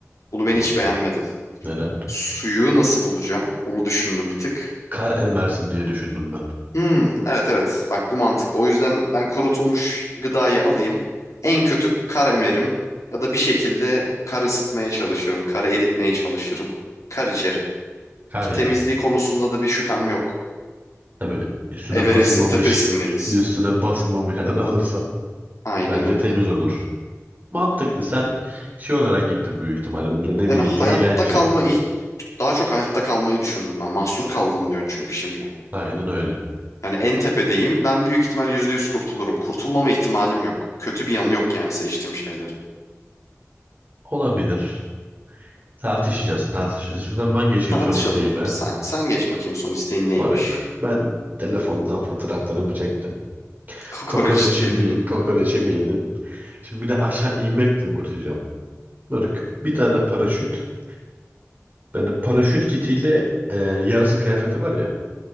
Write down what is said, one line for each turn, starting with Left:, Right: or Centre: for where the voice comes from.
Left: Bunu ben
Right: O,
Left: hiç beğenmedim.
Right: neden?
Left: Suyu nasıl bulacağım? Onu düşündüm bir tık.
Right: Kar emersin diye düşündüm ben.
Left: Hmm, evet evet. Bak bu mantıklı. O yüzden ben kurutulmuş gıdayı alayım. En kötü kar emerim. Ya da bir şekilde kar ısıtmaya çalışırım. Kar eritmeye çalışırım. Kar içerim.
Right: Kar
Left: Ki
Right: yer.
Left: temizliği konusunda da bir şüphem yok.
Right: Tabii üstüne
Left: Everest'in
Right: basılmamış
Left: <laughs> tepesindeyiz.
Right: <laughs> üstüne basılmamış yerden alırsan
Left: Aynen
Right: bence
Left: öyle.
Right: temiz olur. Mantıklı. Sen şey olarak gittin büyük ihtimalle böyle ne
Left: Yani
Right: bileyim
Left: hayatta
Right: eğlence.
Left: kalma, iht- daha çok hayatta kalmayı düşündüm ben. Mahsur kaldın diyorsun çünkü şimdi.
Right: Aynen öyle.
Left: Yani en tepedeyim. Ben büyük ihtimal %100 kurtulurum. Kurtulmama ihtimalim yok. Kötü bir yanı yok yani seçtiğim şeylerin.
Right: Olabilir. Tartışacağız, tartışacağız. İstiyorsan ben geçeyim
Left: Tartışalım.
Right: son isteğime.
Left: Sen, sen geç bakayım son isteğin neymiş?
Right: Moruk, ben telefondan fotoğraflarımı çektim.
Left: Kokoreç
Right: Kokoreçimi,
Left: diyedin.
Right: kokoreçimi yedim. Şimdi bir de aşağı inmekle mi uğraşacağım? Bırak. Bir tane paraşüt. Benim paraşüt kitiyle e, yarasa kıyafeti var ya.